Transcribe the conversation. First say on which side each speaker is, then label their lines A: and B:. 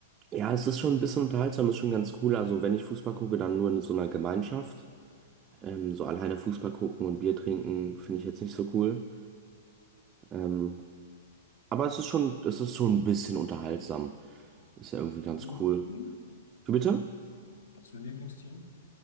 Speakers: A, on the right (about 25°); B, on the left (about 65°).
A: Ja, es ist schon ein bisschen unterhaltsam, ist schon ganz cool. Also wenn ich Fußball gucke, dann nur in so einer Gemeinschaft. Ähm, so alleine Fußball gucken und Bier trinken finde ich jetzt nicht so cool. Ähm, aber es ist schon, es ist schon ein bisschen unterhaltsam. Ist ja irgendwie ganz
B: Hast du ein Lieblingsteam?
A: cool. Wie bitte?
B: Hast du ein Lieblingsteam?